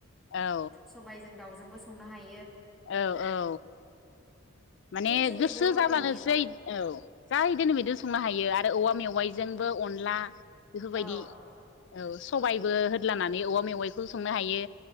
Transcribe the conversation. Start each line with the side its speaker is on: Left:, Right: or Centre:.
Left: औ
Centre: सबाइजों दाउजोंबो सं संनो हायो
Left: औ औ माने
Centre: जोंनि
Left: गोसो
Centre: बर' हारिनि
Left: जाब्लानो जै औ जा इदिनो बेैद संनो हायो आरो आरो औवा मेवाइजोंबो अनला बेफोरबायदि
Centre: औ
Left: औ सबाइबो होदलानानै औबा मेवाइखौ संनो हायो